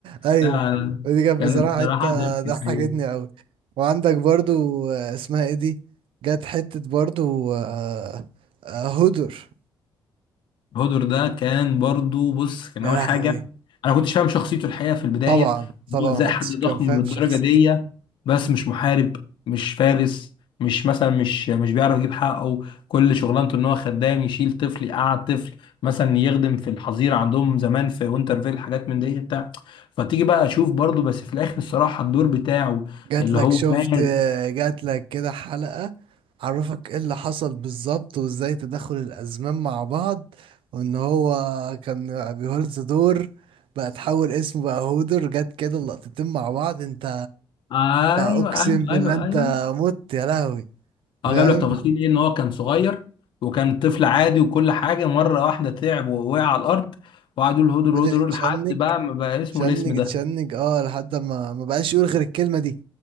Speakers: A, on the right; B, on the left.
A: ايوه
B: لا،
A: ودي كانت
B: كان
A: بصراحه
B: الصراحه
A: حته
B: ضحك
A: ضحكتني
B: الحقيقه
A: قوي وعندك برضو آه، اسمها ايه دي جت حته برضو آه، آه، هدر
B: هودر ده كان برضو بص كان
A: يا
B: اول حاجه
A: لهوي
B: انا كنتش فاهم شخصيته الحقيقه في البدايه
A: طبعا طبعا
B: إن هو ازاي
A: محدش
B: حد ضخم
A: كان فاهم
B: بالدرجه
A: شخصيتي
B: دي بس مش محارب مش فارس مش مثلا مش مش بيعرف يجيب حقه كل شغلانته ان هو خدام يشيل طفل يقعد طفل مثلا يخدم في الحظيره عندهم زمان في وينترفيل حاجات من دي بتاع فتيجي بقى اشوف برضو بس في الاخر الصراحه الدور بتاعه
A: جات
B: اللي
A: لك
B: هو
A: شفت
B: مات
A: آه، جات لك كده حلقه عرفك ايه اللي حصل بالظبط وازاي تدخل الازمان مع بعض وان هو كان بيهولز دور بقى تحول اسمه بقى هودر جت كده اللقطتين مع بعض انت
B: ايوه
A: اقسم
B: ايوه
A: بالله
B: ايوه
A: انت
B: ايوه
A: مت يا لهوي
B: اه
A: فاهم
B: جاب لك تفاصيل ايه ان هو كان صغير وكان طفل عادي وكل حاجه مره واحده تعب ووقع على الارض وقعدوا يقولوا هدر
A: فضل
B: هدر
A: يتشنج
B: هدر لحد بقى ما بقى اسمه
A: يتشنج
B: الاسم ده
A: يتشنج اه لحد ما ما بقاش يقول غير الكلمة دي